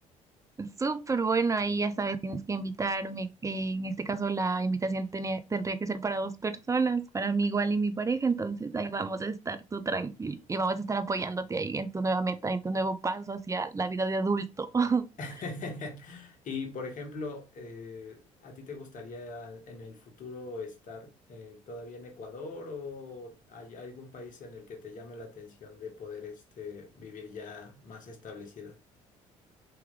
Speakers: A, on the right; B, on the left.
A: Súper bueno, ahí ya sabes, tienes que invitarme. eh, En este caso, la invitación tenía- tendría que ser para dos personas, para mí igual y mi pareja. Entonces, ahí vamos a estar tú tranquilo y vamos a estar apoyándote ahí en tu nueva meta, en tu nuevo paso hacia la vida de adulto. <laughs>
B: <laughs> Y, por ejemplo, eh, ¿a ti te gustaría en el futuro estar eh, todavía en Ecuador o hay algún país en el que te llame la atención de poder este, vivir ya más establecida?